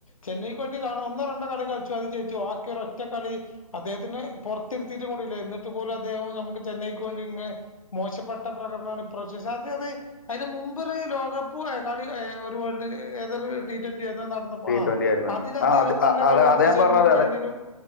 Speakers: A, on the left; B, on the left.
A: ചെന്നൈക്ക് വേണ്ടി ആള് ഒന്നോ രണ്ടോ കളി കളിച്ചു അത് ജയിച്ചു ബാക്കിയൊരൊറ്റ കളി അദ്ദേഹത്തിന് പുറത്തിരുത്തിയിട്ടും കൂടില്ല എന്നിട്ട് പോലും അദ്ദേഹം നമുക്ക് ചെന്നൈക്ക് വേണ്ടി ഇങ്ങനെ മോശപ്പെട്ട പ്രകടനമാണ് ഇപ്രാവിശ്യം <unintelligible> <unintelligible> അതിന് മുമ്പോര് ലോകകപ്പ് <unintelligible> ഏതോരു ടി ട്വന്റിയോ ഏതോ നടന്നപ്പോ
B: ടി
A: ആ
B: ആയിരുന്നു.
A: അതിൽ അദ്ദേഹം
B: ആ അത്
A: നല്ല കളികളിച്ച്
B: അതാ അതാ ഞാൻ
A: സെമിഫൈനലും
B: പറഞ്ഞത്. അതെ